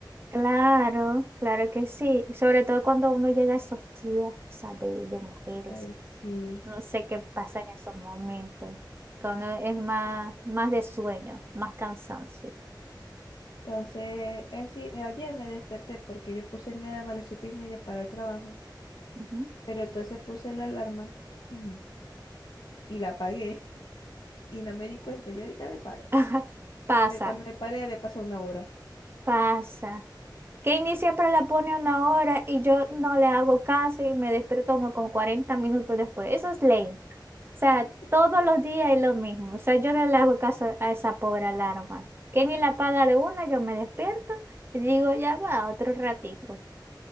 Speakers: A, on the right; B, on the left.
A: Claro, claro que sí. Sobre todo cuando uno llega a esos días, ¿sabes? De mujeres.
B: Ay, sí.
A: No sé qué pasa en esos momentos. Cuando es más, más de sueño, más cansancio.
B: Entonces, es sí, ayer me desperté porque yo puse mi alarma a las siete y media para el trabajo,
A: Ujú.
B: pero entonces puse la alarma <clears throat> y la apagué y no me di cuenta. Yo ahorita me paro.
A: <laughs> Pasa,
B: Me- Cuando me paré había pasado una hora.
A: pasa. Kenny siempre la pone a una hora y yo no le hago caso y me despierto como con 40 minutos después. Eso es ley. O sea,
B: <laughs>
A: todos los días es lo mismo. O sea, yo no le hago caso a esa pobre alarma. Que ni la paga de una, yo me despierto y digo, ya va, otro ratito.